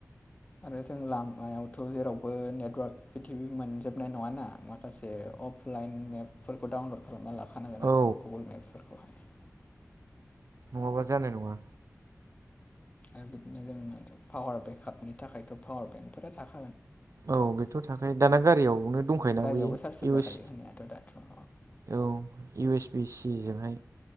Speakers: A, on the left; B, on the right.
A: आरो जों लामायावथ जेरावबो नेटवार्क पिथिबि मोनजोबनाय नङाना माखासे अफलाइन मेपफोरखौ डाउनलड खालामनानै लाखानांगोन
B: औ
A: आरो जों गुगोल मेपफोरखौहाय
B: नङाबा जानाय नङा
A: आरो बिदिनो जोंनाथ पावार बेकआपनि थाखायथ पावार बेंकफोरा थाखा
B: औ बेथ' थाखायो दाना गारियावनो दंखायोना
A: गारियावबो
B: बैयो
A: चार्ज होजाखायो
B: इउस
A: होननायाथ' दाथ' होम
B: औ इउ एस बि सि जोंहाय